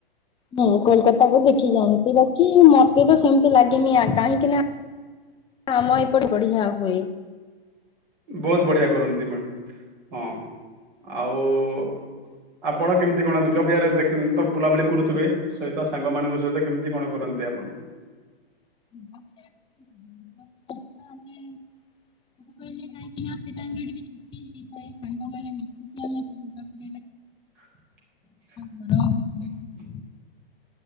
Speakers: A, on the left; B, on the right.
A: ହୁଁ କୋଲକାତା କୁ ଦେଖି ଯାଆନ୍ତି ବାକି ମତେ ତ ସେମିତି ଲାଗିନି ଆ କାହିଁକି ନା ଆମ ଏପଟେ ବଢିଆ ହୁଏ।
B: ବହୁତ ବଢିଆ କରନ୍ତି ମ୍ୟାଡ଼ାମ ହଁ ଆଉ ଆପଣ କେମିତି କଣ ଦୁର୍ଗାପୂଜାରେ ଦେଖ ତ ବୁଲାବୁଲି କରୁଥିବେ? ସହିତ ସାଙ୍ଗମାନଙ୍କ ସହିତ କେମିତି କଣ କରନ୍ତି ଆପଣ?
A: <unintelligible> ଆମେ ମୁଁ କହିଲି ନାଇଁ। ସେ ଟାଇମରେ ଟିକେ ଛୁଟି ହେଇଥାଏ ସାଙ୍ଗମାନେ ମିଶିକି ଆମେ ସବୁ ବୁଲା ବୁଲି
B: <unintelligible>
A: ଘର ସମସ୍ତେ।